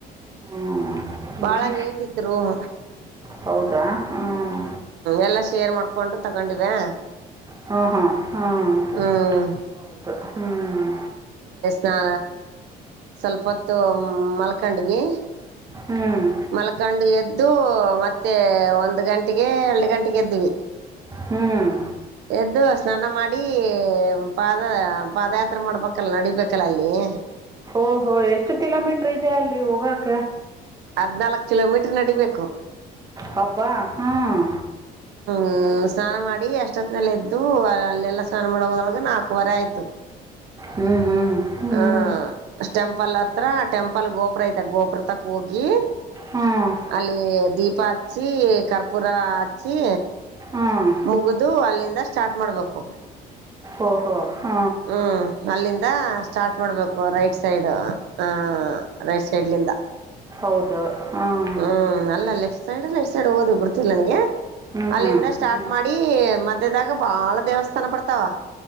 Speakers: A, on the right; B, on the right.
A: ಹ್ಮ್ ಹ್ಮ್
B: ಬಾಳ ನೀಟ್ ಇತ್ತು ರೂಮ
A: ಹೌದಾ ಹ್ಮ್
B: ಎಲ್ಲಾ ಶೇರ್ ಮಾಡ್ಕೊಂಡು ತಗೊಂಡಿವೆ
A: ಹ್ಮ ಹಾ ಹ್ಮ್
B: ಹ್ಮ್
A: ಹೌದು ಹ್ಮ್
B: ನಾ ಸ್ವಲ್ಪೊತ್ತು ಮಲ್ಕಂಡ್ವಿ
A: ಹ್ಮ್
B: ಮಲ್ಕೊಂಡು ಎದ್ದು ಮತ್ತೆ ಒಂದ್ ಗಂಟೆಗೆ ಎರಡು ಗಂಟೆಗೆ ಎದ್ವಿ
A: ಹ್ಮ್
B: ಎದ್ದು ಸ್ನಾನ ಮಾಡಿ ಪಾದ ಪಾದಯಾತ್ರೆ ಮಾಡ್ಬೇಕಲ್ಲ ನಡಿಬೇಕಲ್ಲ ಅಲ್ಲಿ ಹ
A: ಓಹೋ ಎಷ್ಟು ಕಿಲೋಮೀಟರ್ ಇದೆ ಅಲ್ಲಿ ಹೋಗಕ
B: ಹದ್ನಾಲ್ಕ್ ಕಿಲೋಮೀಟರ್ ನಡಿಬೇಕು.
A: ಹಬ್ಬಾ ಹ್ಮ್
B: ಹ್ಮ್ ಸ್ನಾನ ಮಾಡಿ ಎಷ್ಟೊತ್ತನೆಲ್ಲ ಎದ್ದು ಅಲ್ಲೆಲ್ಲಾ ಸ್ನಾನ ಮಾಡ ಹದೊಳಗ ನಾಲ್ಕುವರೆ ಆಯ್ತು.
A: ಹ್ಮ್ ಹ್ಮ್
B: ಹಾ
A: ಹ್ಮ್
B: ಟೆಂಪಲ್ ಹತ್ರ ಟೆಂಪಲ್ ಗೋಪುರ ಐತೆ ಗೋಪುರ ತಕ್ ಹೋಗಿ
A: ಹ್ಮ್
B: ಅಲ್ಲಿ ದೀಪ ಹಚ್ಚಿ ಕರ್ಪೂರ ಹಚ್ಚಿ
A: ಹ್ಮ್
B: ಮುಗ್ದು ಅಲ್ಲಿಂದ ಸ್ಟಾರ್ಟ್ ಮಾಡ್ಬೇಕು
A: ಓಹೋ ಹಾ
B: ಹ್ಮ್ ಅಲ್ಲಿಂದ ಸ್ಟಾರ್ಟ್ ಮಾಡ್ಬೇಕು ರೈಟ್ ಸೈಡ್ ಆ ಆ ರೈಟ್ ಸೈಡ್ ಲಿಂದ
A: ಹೌದು ಹ್ಮ್
B: ಹ್ಮ್ ಅಲ್ಲ ಲೆಫ್ಟ್ ಸೈಡ್ ರೈಟ್ ಸೈಡ್ ಓದ ಬಿಡ್ತಿಿಲ್ಲ ನನ್ಗೆ
A: ಹ್ಮ್
B: ಅಲ್ಲಿಂದ
A: ಹ್ಮ್
B: ಸ್ಟಾರ್ಟ್
A: ಹ್ಮ್
B: ಮಾಡಿ ಮಧ್ಯದಾಗ ಬಾಳ ದೇವಸ್ಥಾನ ಬರ್ತಾವ ಡ್ತಾವ